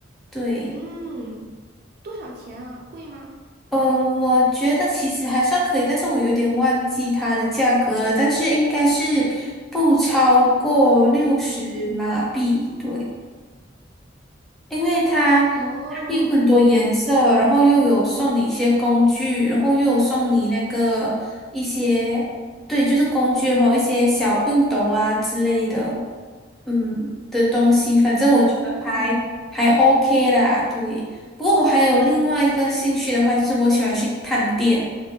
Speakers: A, in the centre; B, on the right.
A: 对。
B: 嗯，多少钱啊？贵吗？
A: 嗯，我觉得其实还算可以，但是我有点忘记它的价格了，但是应该是不超过六十马币，
B: 嗯，
A: 对。因为它
B: 哦，
A: 有很多颜色，然后又有送你一些工具，然后又有送你那个一些，对，就是工具，然后一些小熨斗啊之类的，嗯的东西，反正我觉得还还
B: 嗯嗯，
A: OK 啦，对。不过我还有另外一个兴趣的话，就是我喜欢去探店，